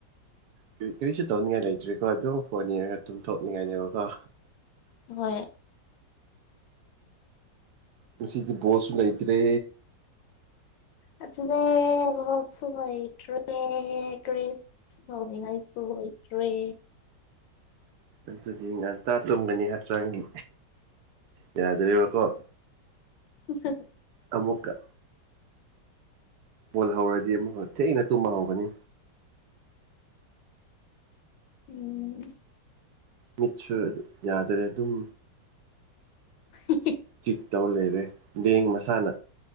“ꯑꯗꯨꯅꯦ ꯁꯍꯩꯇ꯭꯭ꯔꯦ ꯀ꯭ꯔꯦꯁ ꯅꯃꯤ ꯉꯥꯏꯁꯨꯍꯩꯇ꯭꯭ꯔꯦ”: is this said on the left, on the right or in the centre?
Left